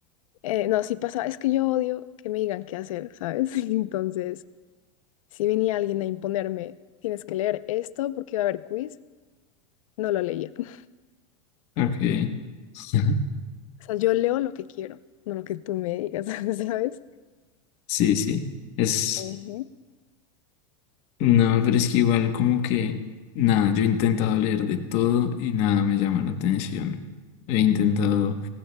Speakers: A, on the left; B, on the left.
A: Eh, no, sí pasa, es que yo odio que me digan qué hacer, ¿sabes? <laughs> Entonces... Si venía alguien a imponerme, tienes que leer esto porque va a haber quiz, no lo leía. <laughs>
B: Ok. <laughs>
A: O sea, yo leo lo que quiero, no lo que tú me digas, <laughs> ¿sabes?
B: Sí, sí. Es.
A: Ujú.
B: No, pero es que igual como que, nada, yo he intentado leer de todo y nada me llama la atención. He intentado